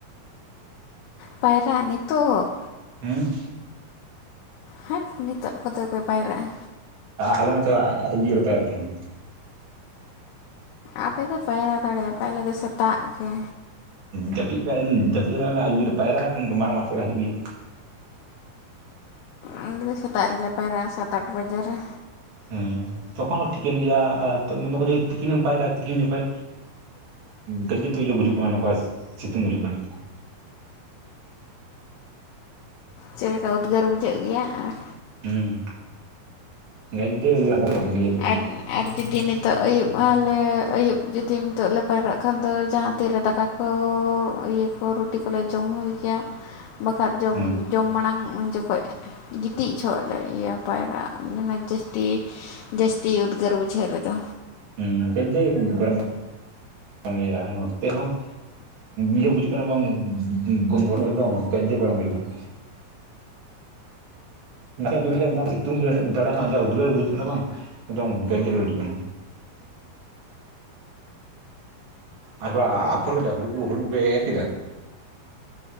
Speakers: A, on the left; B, on the right.
A: ᱯᱟᱭᱨᱟ ᱱᱤᱛᱚᱜ
B: ᱦᱩᱸ
A: ᱦᱟᱴ ᱱᱤᱛᱚᱜ ᱠᱚᱫᱚ ᱠᱚ ᱯᱟᱭᱨᱟᱜᱼᱟ
B: ᱟᱞᱮ ᱢᱟᱛᱚ ᱟᱰᱤ ᱡᱩᱨ ᱞᱮ ᱯᱟᱭᱨᱟᱜ ᱛᱟᱦᱮᱱᱟ
A: ᱟᱯᱮ ᱯᱮ ᱯᱟᱭᱨᱟ ᱫᱟᱲᱮᱭᱟᱜᱯᱮ ᱟᱞᱮ ᱫᱚ ᱥᱮᱛᱟᱜ ᱜᱮ
B: ᱦᱡᱟᱹᱯᱤᱫ ᱨᱮᱦᱚᱸᱞᱮ ᱟᱹᱭᱩᱵ ᱵᱮᱨ ᱯᱟᱭᱨᱟᱜ ᱢᱟᱨᱟᱝ ᱢᱟᱴ ᱥᱮᱫ ᱞᱮ ᱦᱤᱡᱩᱜ ᱜᱮᱭᱟ
A: ᱟᱞᱮ ᱫᱚ ᱥᱮᱛᱟᱜ ᱨᱮᱞᱮ ᱯᱟᱭᱨᱟᱜᱼᱟ ᱥᱟᱛ ᱟᱴ ᱵᱟᱡᱮ ᱨᱮ
B: ᱦᱮᱸ ᱛᱚᱠᱷᱚᱱ ᱦᱚᱸ ᱴᱷᱤᱠᱟᱹᱱ ᱜᱮᱭᱟ ᱟᱨ ᱛᱤᱠᱤᱱᱮᱢ ᱯᱟᱭᱨᱟᱜᱼᱟ ᱛᱤᱠᱤᱱ ᱡᱚᱠᱷᱚᱡ ᱜᱟᱡᱮ ᱛᱚ ᱤᱭᱟᱹ ᱵᱩᱡᱩᱜ ᱠᱟᱱᱟ ᱱᱚᱝᱠᱟ ᱥᱤᱛᱩᱝ ᱵᱩᱡᱩᱜ ᱠᱟᱱᱟ
A: ᱪᱮᱫ ᱞᱮᱠᱟ ᱩᱫᱽᱜᱟᱹᱨ ᱵᱩᱡᱷᱟᱹᱜ ᱜᱮᱭᱟ ᱟᱨ
B: ᱦᱩᱸ ᱜᱟᱫᱫᱮ <unintelligible>
A: ᱟᱨ ᱟᱨ ᱡᱩᱫᱤ ᱱᱤ ᱛᱚᱜ ᱟᱹᱭᱩᱵ ᱟᱞᱮ ᱟᱹᱭᱩᱵ ᱡᱩᱫᱤ ᱱᱤᱛᱚᱜ ᱞᱮ ᱯᱟᱭᱨᱟᱜ ᱠᱷᱟᱱ ᱫᱚ ᱡᱟᱦᱟᱸ ᱛᱤᱨᱮ ᱫᱟᱠᱟ ᱠᱚ ᱤᱭᱟᱹ ᱨᱩᱴᱤ ᱠᱚᱞᱮ ᱡᱚᱢ ᱦᱩᱭ ᱜᱮᱭᱟ ᱵᱟᱠᱷᱟᱡ ᱡᱚᱢ
B: ᱦᱮᱸ
A: ᱡᱚᱢ ᱢᱟᱲᱟᱝ ᱩᱱ ᱡᱚᱠᱷᱚᱱ ᱜᱤᱛᱤᱡ ᱡᱚᱦᱚᱜ ᱞᱮ ᱤᱭᱟᱹ ᱯᱟᱭᱨᱟᱜ-ᱟ ᱚᱱᱟ ᱡᱟᱹᱥᱛᱤ ᱡᱟᱹᱥᱛᱤ ᱩᱫᱽᱜᱟᱹᱨ ᱵᱩᱡᱷᱟᱹᱣ ᱨᱮᱫᱚ
B: ᱦᱩᱸ ᱜᱟᱡᱮ ᱜᱚᱨᱚᱢ ᱠᱟᱱᱜᱮᱭᱟ ᱱᱚᱛᱮ ᱦᱚᱸ ᱤᱭᱟᱹ ᱵᱩᱡᱩᱜ ᱠᱟᱱᱟ ᱵᱟᱝ ᱜᱚᱨᱟᱢ ᱮᱠᱫᱚᱢ ᱜᱟᱡᱮ ᱜᱚᱨᱚᱢ ᱵᱩᱡᱟᱜ ᱠᱟᱱᱟ ᱱᱟᱥᱮᱜ <unintelligible> ᱥᱤᱛᱩᱝ ᱫᱟᱲᱟᱱ ᱩᱫᱽᱜᱟᱹᱨ ᱵᱩᱡᱩᱜ ᱠᱟᱱᱟ ᱵᱟᱝ ᱮᱫᱚᱢ <unintelligible> ᱠᱟᱱᱟ ᱟᱨ ᱵᱟ ᱟᱯᱷᱚᱨ ᱠᱮᱫᱟ ᱦᱩᱲᱩ ᱠᱚ ᱦᱩᱲᱩ ᱠᱚ ᱯᱮ ᱮᱨ ᱠᱮᱫᱟ